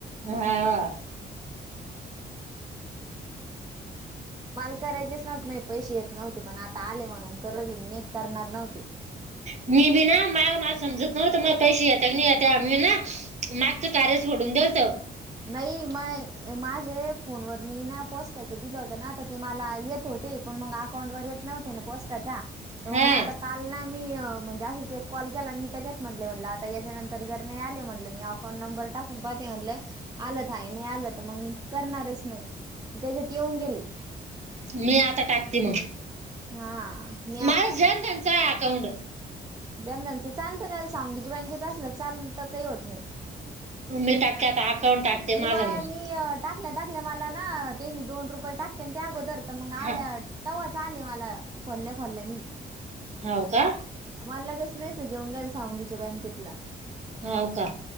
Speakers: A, on the right (about 40°); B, on the right (about 20°).
A: हा
B: माल करायचेच नवत, नाही पैसे येत नव्हते पण, आता आले म्हणून <unintelligible> मी नायतर करणार नव्हते.
A: <unintelligible> <inaudible> ून दवत <inaudible>
B: नाही माय माझे फोनवर मी ना, पोस्टाचं दिलं होतं ना, तर ते मला येत होते, पण मग अकाउंटवर येत नव्ह ना पोस्टाच्या, तर
A: हा
B: मी आता काल ना मी म्हणजे अस कॉल केला मी त्याच्यात म्हणले, म्हटलं आता याच्यानंतर जर नाही आले म्हणलं मी अकाउंट नंबर टाकून पाहते म्हणल आलं य नाही, आलं तर मग करणारच नाही,, त्याच्यात येऊन गेल
A: मी आता टाकते मग.
B: हा मी
A: महाराज जन त्यांचा आहे अकाउंट.
B: <unintelligible> चालत त्याला, <unintelligible> बँकेच असल चाल तर काही होत नाही.
A: मी टाकते आता <inaudible>
B: मी,
A: माझं
B: वाय
A: मग
B: मी. टाकल्या टाकल्या मला ना, तेनी दोन रुपये टाकते, आणि त्या अगोदर तर मग आल्या,
A: हा
B: तव्हाच आले मला. खोल्या खोल्या मी,
A: हो का
B: मला लगेच मेसेज जेवंगेल सावंगीच्या बँकेतला.
A: होव का,